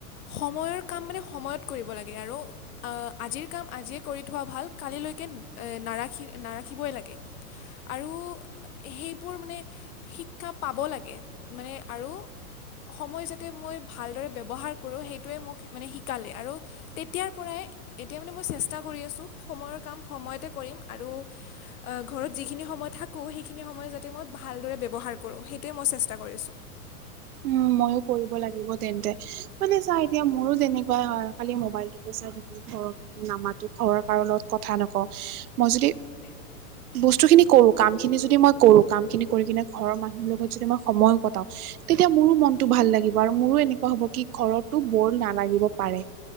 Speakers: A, on the left (about 70°); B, on the right (about 75°).
A: সময়ৰ কাম মানে সময়ত কৰিব লাগে আৰু। আজিৰ কাম আজিয়ে কৰি থোৱা ভাল কালিলৈকে নাৰাখি নাৰাখিবই লাগে। আৰু সেইবোৰ মানে। শিক্ষা পাব লাগে মানে আৰু। সময় যাতে মই ভালদৰে ব্যৱহাৰ কৰোঁ। সেইটোৱে মোক মানে শিকালে আৰু। তেতিয়াৰ পৰাই এতিয়া মানে মই চেষ্টা কৰি আছোঁ সময়ৰ কাম সময়তে কৰিম আৰু। ঘৰত যিখিনি সময় থাকোঁ সেইখিনি সময় যাতে মই ভালদৰে ব্যৱহাৰ কৰোঁ সেইটোৱে মই চেষ্টা কৰিছোঁ।
B: উম মইয়ো কৰিব লাগিব তেন্তে। মানে চাহ এতিয়া মোৰো যেনেকুৱা হয় খালি মোবাইলটোকে চাই থাকো। ঘৰৰ কাকো নামাতো ঘৰৰ কাৰো লগত কথা নকওঁ মই যদি
A: <inaudible>
B: বস্তু খিনি কৰো কাম খিনি যদি মই কৰো কাম খিনি কৰি কিনে ঘৰৰ মানুহৰ লগত যদি মই সময়ো কটাও তেতিয়া মোৰো মনতটো ভাল লাগিব আৰু মোৰো এনেকুৱা হ'ব কি ঘৰতো বৌৰ নালাগিব পাৰে।